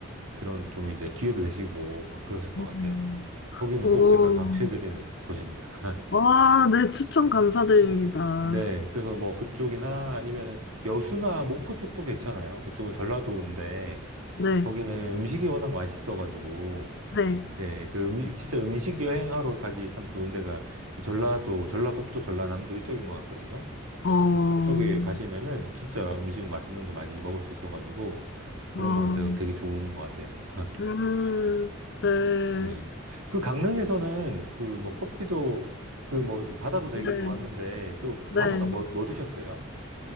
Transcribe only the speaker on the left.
오,
오.
와, 네, 추천 감사드립니다.
네,
네,
어, 어,
어,
음, 네,
네,
네.